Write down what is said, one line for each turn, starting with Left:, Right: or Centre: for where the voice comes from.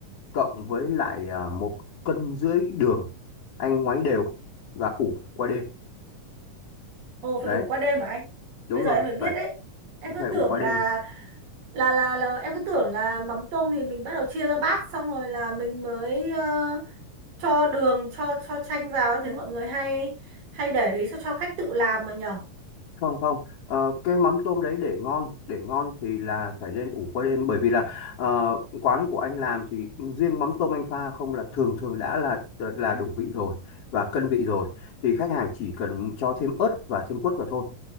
Left: cộng với lại ờ, một cân rưỡi đường anh ngoáy đều và ủ qua đêm
Right: ồ phải
Left: đấy
Right: ủ qua đêm mà anh.
Left: đúng
Right: Bây giờ
Left: rồi
Right: em mới biết
Left: phải
Right: đấy. Em cứ
Left: phải ủ
Right: tưởng
Left: qua
Right: là
Left: đêm
Right: là là là em cứ tưởng là mắm tôm thì mình bắt đầu chia ra bát xong rồi là mình mới ờ, cho đường cho cho chanh vào em thấy mọi người hay hay để đấy cho cho khách tự làm mà nhở.
Left: không không Ờ, cái mắm tôm đấy để ngon để ngon thì là phải lên ủ qua đêm bởi vì là ờ, quán của anh làm thì riêng mắm tôm anh pha không là thường thường đã là là đủ vị rồi và cân vị rồi thì khách hàng chỉ cần cho thêm ớt và thêm quất vào thôi